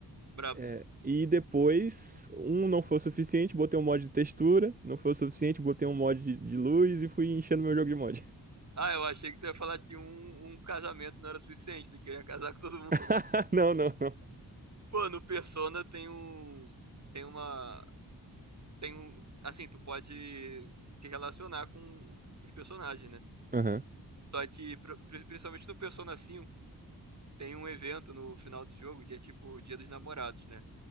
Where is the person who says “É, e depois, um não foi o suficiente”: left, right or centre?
Right